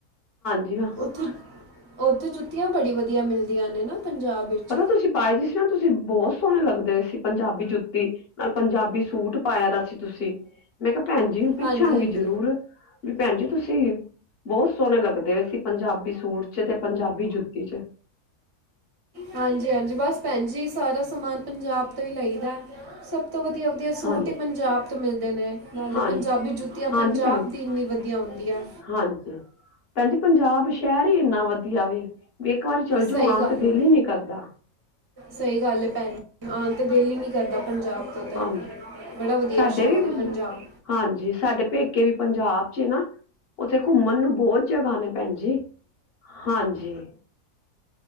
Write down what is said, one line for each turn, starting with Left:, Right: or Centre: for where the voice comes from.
Left: <unintelligible>
Right: ਉੱਥੇ ਉੱਥੇ ਜੁੱਤੀਆਂ ਬੜੀ ਵਧੀਆ ਮਿਲਦੀਆਂ ਨੇ ਨਾ ਪੰਜਾਬ ਵਿੱਚ
Left: ਪਤਾ ਤੁਸੀਂ ਪਾਏ ਦੀ ਸੀ ਨਾ ਤੁਸੀਂ ਬਹੁਤ ਸੋਹਣੇ ਲੱਗਦੇ ਏ ਸੀ। ਪੰਜਾਬੀ ਜੁੱਤੀ ਲ ਪੰਜਾਬੀ ਸੂਟ ਪਾਇਆ ਦਾ ਸੀ ਤੁਸੀਂ ਮੈਂ ਕਿਹਾ ਭੈਣ ਜੀ ਨੂੰ ਪੁੱਛਾਂਗੀ
Right: ਹਾਂਜੀ ਹਾਂਜੀ
Left: ਜ਼ਰੂਰ ਵੀ ਭੈਣ ਜੀ ਤੁਸੀਂ ਬਹੁਤ ਸੋਹਣੇ ਲੱਗਦੇ ਏ ਸੀ ਪੰਜਾਬੀ ਸੂਟ ਚ ਤੇ ਪੰਜਾਬੀ ਜੁੱਤੀ ਚ
Right: ਹਾਂਜੀ, ਹਾਂਜੀ ਬਸ ਭੈਣ ਜੀ ਸਾਰਾ ਸਮਾਨ ਪੰਜਾਬ ਤੋਂ ਹੀ ਲਈਦਾ ਐ ਸਭ ਤੋਂ ਵਧੀਆ, ਵਧੀਆ ਸੂਟ
Left: ਹਾਂਜੀ
Right: ਹੀ ਪੰਜਾਬ ਤੋਂ ਮਿਲਦੇ ਨੇ ਨਾਲੇ
Left: ਹਾਂਜੀ
Right: ਪੰਜਾਬੀ ਜੁੱਤੀਆਂ
Left: ਹਾਂਜੀ
Right: ਪੰਜਾਬ
Left: ਭੈਣ
Right: ਦੀ ਇੰਨੀ ਵਧੀਆ ਹੁੰਦੀਆਂ।
Left: ਹਾਂਜੀ ਭੈਣ ਜੀ ਪੰਜਾਬ ਸ਼ਹਿਰ ਹੀ ਏੰਨਾ ਵਧੀਆ ਵੇ ਇੱਕ ਵਾਰੀ ਚੱਲ
Right: ਸਹੀ
Left: ਜੋ ਆਣ
Right: ਗੱਲ
Left: ਤੇ ਦਿਲ
Right: ਹੈ
Left: ਹੀ ਨੀ ਕਰਦਾ।
Right: ਸਹੀ ਗੱਲ ਹੈ। ਭੈਣ ਆਣ ਤੇ ਦਿਲ ਹੀ ਨੀ ਕਰਦਾ। ਪੰਜਾਬ ਤੋਂ ਤਾਂ
Left: ਹਾਂਜੀ,
Right: ਬੜਾ ਵਧੀਆ
Left: ਸਾਡੇ
Right: ਸ਼ਹਿਰ
Left: ਵੀ
Right: ਹੈ ਪੰਜਾਬ
Left: ਹਾਂਜੀ ਸਾਡੇ ਪੇਕੇ ਵੀ ਪੰਜਾਬ ਚੇ ਨਾ ਉੱਥੇ ਘੁੰਮਣ ਨੂੰ ਬਹੁਤ ਜਗ੍ਹਾ ਨੇ ਭੈਣ ਜੀ ਹਾਂਜੀ।